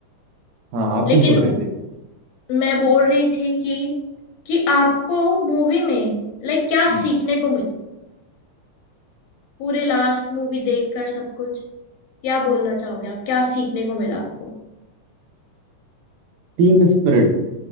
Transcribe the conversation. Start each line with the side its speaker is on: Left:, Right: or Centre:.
Right: हाँ आप
Left: लेकिन
Right: कुछ बोल रहे थे
Left: मैं बोल रही थी कि कि आपको मूवी में लाइक क्या
Right: हम्म।
Left: सीखने को मिला पूरे लास्ट मूवी देखकर सब कुछ क्या बोलना चाहोगे आप क्या सीखने को मिला आपको
Right: टीम स्पिरिट